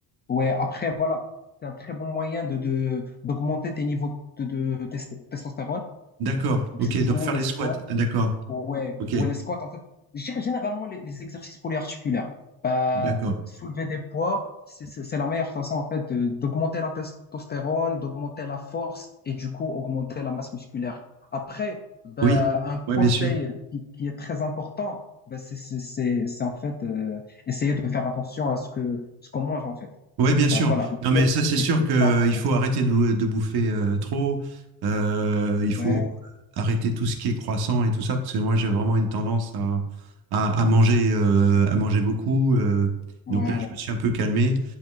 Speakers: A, on the left; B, on the right.
A: Ouais, après, voilà, c'est un très bon moyen de, de, d'augmenter tes niveaux de, de test- testostérone.
B: D'accord.
A: Du
B: Ok, donc
A: coup,
B: faire
A: les
B: les
A: squats,
B: squats. D'accord.
A: Ouais,
B: Ok,
A: ouais, les squats, en fait, je dirais généralement les, les exercices polyarticulaires. Euh,
B: d'accord.
A: soulever des poids, c'est c'est- c'est la meilleure façon, en fait, de- d'augmenter la testostérone, d'augmenter la force et du coup, augmenter la masse musculaire. Après, bah,
B: Oui,
A: un
B: ouais,
A: conseil
B: bien sûr.
A: qui, qui est très important, bah, c'est c'est- c'est- c'est en fait euh, essayer de faire attention à ce que ce qu'on mange, en fait.
B: Ouais, bien sûr.
A: Bah, voilà,
B: Non, mais
A: l'assiette,
B: ça,
A: c'est
B: c'est sûr
A: ultra
B: qu'il
A: important.
B: faut arrêter de, bou- de bouffer euh, trop. Euh, il faut
A: Ouais,
B: arrêter tout ce qui est croissant et tout ça, parce que moi, j'ai vraiment une tendance à, à, à manger, euh, à manger beaucoup. euh.
A: ouais,
B: donc là, je me suis un peu calmé.